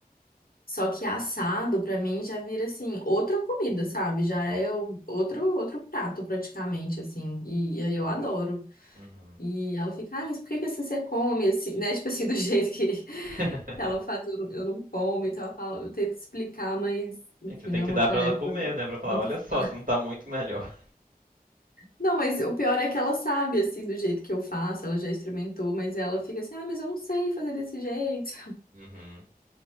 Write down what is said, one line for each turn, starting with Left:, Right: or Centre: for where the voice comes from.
Left: só que assado, pra mim, já vira, assim, outra comida, sabe? Já é o- outro, outro prato, praticamente, assim, e, e aí eu adoro.
Right: Uhum.
Left: E ela fica, ah, mas por que que assim você come, assim, né? Tipo assim, <laughs> do jeito que, que
Right: <laughs>
Left: ela faz, eu, não- eu não como. Então ela fala, eu tento explicar, mas, enfim,
Right: Gente, Você tem
Left: não é
Right: que
Left: uma
Right: dar
Left: tarefa
Right: pra ela comer, né? Pra falar,
Left: muito
Right: olha só,
Left: fácil.
Right: você não tá muito melhor.
Left: Não, mas o pior é que ela sabe, assim, do jeito que eu faço, ela já experimentou, mas ela fica assim, ah, mas eu não sei fazer desse jeito.
Right: Uhum.